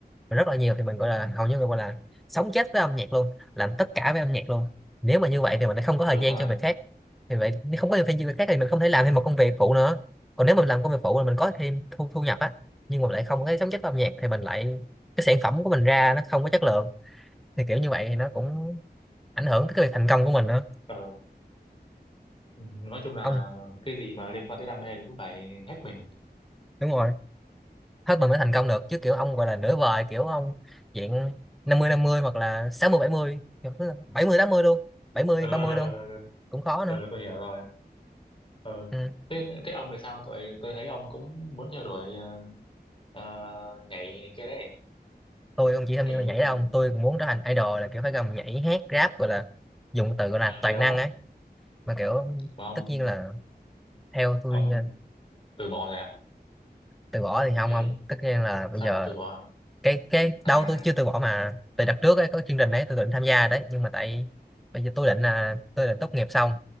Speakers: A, in the centre; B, on the left.
A: rất là nhiều thì mình gọi
B: ừ,
A: là hầu như mình gọi là sống chết với âm nhạc luôn làm tất cả với âm nhạc luôn nếu mà như vậy thì mình lại không có thời
B: đúng
A: gian
B: rồi.
A: cho việc khác thì vậy nếu không có thời gian cho việc khác thì mình không thể làm thêm một công việc phụ nữa còn nếu mình làm công việc phụ là mình có thêm thu thu nhập á nhưng mà lại không có sống chết với âm nhạc thì mình lại cái sản phẩm của mình ra nó không có chất lượng thì kiểu như vậy thì nó cũng ảnh hưởng tới cái việc thành công của mình nữa
B: Ờ, ừ, nói chung là
A: ông
B: cái gì mà liên quan tới đam mê thì cũng phải hết mình.
A: đúng rồi hết mình mới thành công được chứ kiểu ông gọi là nửa vời kiểu ông diện 50 50 hoặc là sáu mươi mươi bảy mươi, bảy mươi tám mươi luôn bảy mươi
B: Ờ,
A: ba
B: rồi,
A: mươi
B: rồi,
A: luôn
B: rồi, rồi.
A: cũng khó nữa
B: Ờ, tôi hiểu rồi. Ờ.
A: Ừ.
B: Thế, thế ông thì sao? Tôi tôi thấy ông cũng muốn theo đuổi ờ, ờ, nhảy này kia đấy,
A: Tôi không chỉ tham
B: nhảy
A: gia nhảy đâu ông. tôi cũng muốn trở thành idol là kiểu phải gầm nhảy hát rap gọi là dùng từ gọi là toàn
B: gì đó
A: năng ấy mà kiểu
B: mà ông
A: tất nhiên là theo tôi
B: ông
A: nha,
B: từ bỏ rồi à?
A: từ bỏ thì
B: Ông
A: không
B: thấy
A: không tất nhiên là bây
B: sao
A: giờ
B: ông từ bỏ?
A: cái cái
B: À,
A: đâu tôi chưa từ bỏ mà từ đợt trước ấy có chương trình đấy tôi định tham gia đấy nhưng mà tại bây giờ tôi định là tôi định tốt nghiệp xong